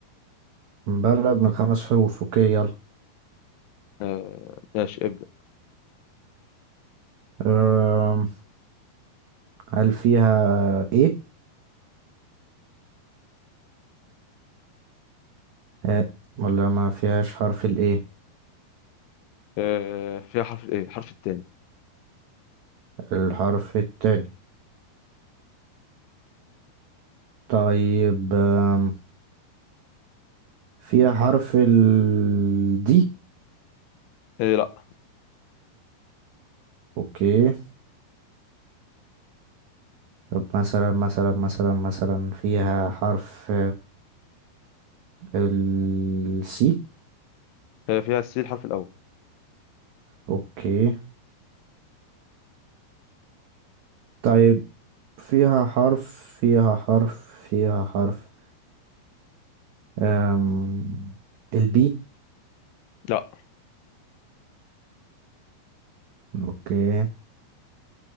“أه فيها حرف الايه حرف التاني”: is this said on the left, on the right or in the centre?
Left